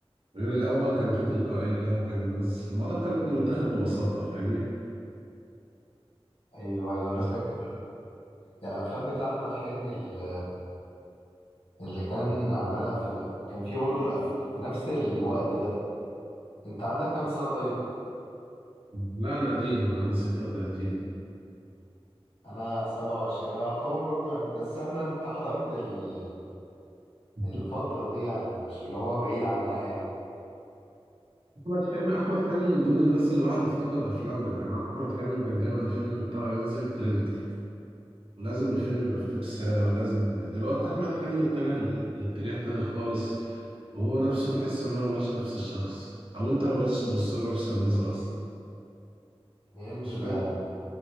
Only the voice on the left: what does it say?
ايوه ايوه انا
فاكر يعني الافلام بتاع احمد حلمي ال- اللي كان عملها في ال... كان في برضه الأف... في نفس الوقت ده انت عندك كام سنة طيب
انا 27 انا يعتبر برضو يعني بس احنا انت حضرت ال...
الفترة دي يعني مش اللي هو بعيد عنها يعني
هي ال...